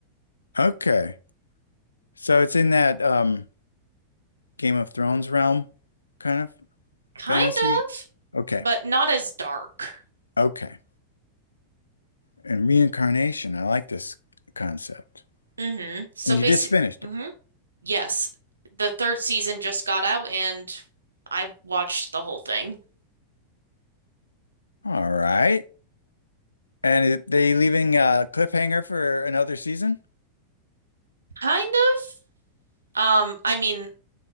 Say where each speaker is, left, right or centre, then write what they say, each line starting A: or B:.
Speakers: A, on the left; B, on the right.
A: Okay. So it's in that um Game of Thrones realm kind of
B: Kind
A: fantasy.
B: of,
A: Okay.
B: but not as dark.
A: Okay. And reincarnation. I like this concept.
B: hmm So
A: And
B: basic,
A: you just finished
B: hmm
A: it.
B: Yes, the third season just got out and I watched the whole thing.
A: All right. And it, they leaving a cliffhanger for another season?
B: Kind of. Um, I mean,